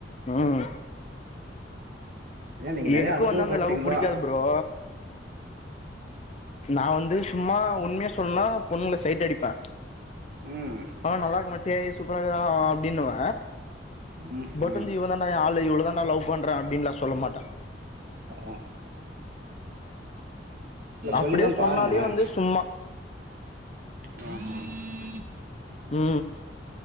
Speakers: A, on the left; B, on the right.
A: ம்
B: ஏன் நீங்க நெறைய
A: எனக்கு
B: அனுபவப்பட்டீங்களா
A: வந்து அந்த லவ் புடிக்காது ப்ரோ நா வந்து சும்மா உண்மையா சொல்லுனா பொண்ணுகள சைட்டு அடிப்பே
B: ம்
A: ஆ நல்லாகே மச்சே சூப்பராக்குதா அப்பிடினுவ
B: ம்
A: போட்டுதீ
B: ம்
A: இவதட ஏ ஆளு இல்ல இவுழுதான் நா லவ் பண்றே அப்பிடிலா நா சொல்லமாட்டே
B: ஆ இல்ல
A: அப்பிடியே
B: சொல்லிதான்
A: சொன்னாலேயே
B: பாருங்களேன்
A: வந்து சும்மா
B: ஆஹ்
A: உ